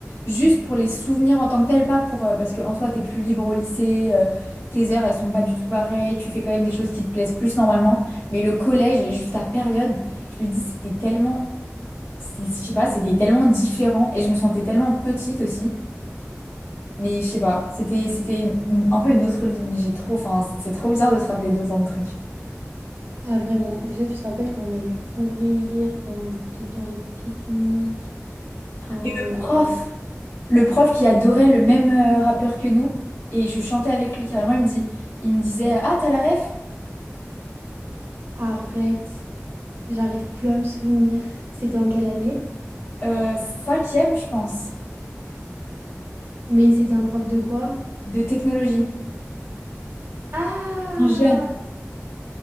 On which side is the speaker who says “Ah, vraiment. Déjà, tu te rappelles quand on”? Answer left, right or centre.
Right